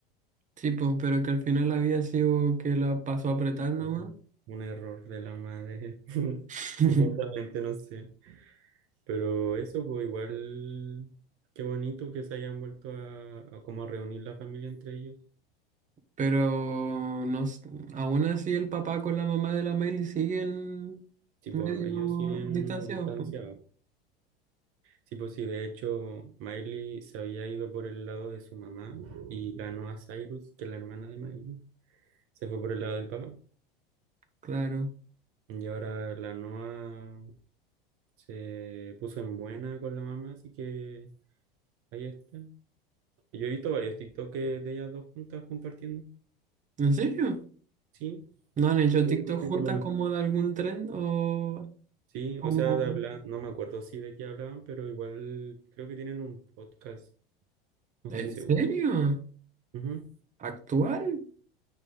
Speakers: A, on the right; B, on the right.
A: sí, pues, pero que al final había sido que la pasó a apretar nomás.
B: Y, pues, Un error de la madre. <laughs>
A: <laughs>
B: Supuestamente, no sé. Pero eso, pues igual, qué bonito que se hayan vuelto a, a como a reunir la familia entre ellos.
A: Pero no, s- aún así el papá con la mamá de la Miley siguen
B: Tipo,
A: medio
B: ellos siguen
A: distanciados.
B: distanciados. Sí, pues sí, de hecho, Miley se había ido por el lado de su mamá y ganó a Cyrus, que es la hermana de Miley. Se fue por el lado del papá.
A: Claro.
B: Y ahora la Noa se puso en buena con la mamá, así que ahí está. Y Yo he visto varios TikToks de ellas dos juntas compartiendo.
A: ¿En serio?
B: Sí,
A: ¿No han hecho
B: creo
A: TikTok
B: que tienen
A: juntas
B: como un...
A: como de algún tren o
B: Sí,
A: como...
B: o sea, de hablar, no me acuerdo sí de qué hablaban, pero igual creo que tienen un podcast, no
A: ¿En
B: estoy seguro.
A: serio?
B: Ujú,
A: ¿Actual?